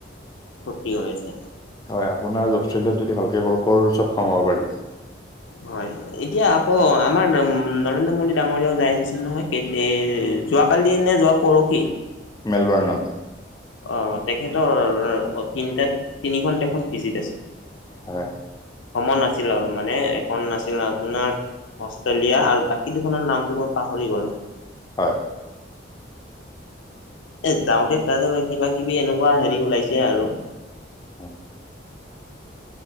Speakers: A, on the left; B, on the left.
A: ফূৰ্তি হৈ আছে
B: হয় আপোনাৰ অষ্ট্ৰেলিয়াত যদি ভালকে কৰ কৌৰৰ ওচৰত কমাব পাৰি
A: হয় এতিয়া আকৌ আমাৰ নৰেন্দ্ৰ মোদী ডাঙৰীয়াও যাই আহিছিল নহয় যোৱাকালি নে যোৱ পৰহি
B: মেলবৰ্ণৱ
A: অ তেখেতৰ তিনিটাত তিনিখন দেশত ভিজিট আছিল
B: হয়
A: ভ্ৰমণ আছ ছিল আৰু মানে এখন নাছিল আপোনাৰ অষ্ট্ৰেলিয়া আৰু বাকী দুখনৰ নামটো মই পাহৰি গলো
B: হয়
A: এ যাওঁতে তাতে কিবা কিবি এনেকুৱা হেৰি ওলাইছে আৰু
B: উম